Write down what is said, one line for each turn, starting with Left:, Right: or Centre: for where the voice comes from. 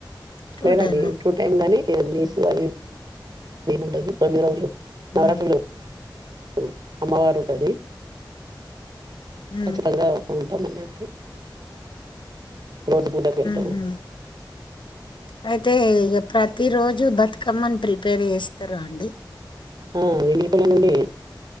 Left: టూ
Right: లేదండి
Left: టైమా
Right: టూ టైమ్ గానీ నీసు అది ఏముండదు తొమ్మి రోజులు నవరాత్రులు
Left: మ్మ్
Right: హు అమ్మవారు ఉంటది
Left: మ్మ్
Right: ఖచ్చితంగా ఉంటాం అన్నట్టు రోజు పూజకెళ్తాం
Left: మ్హూ అయితే ఇగ ప్రతిరోజు బతుకమ్మను ప్రిపేర్ చేస్తారా అండి
Right: ఆ ఎంగిలిపూల నుండి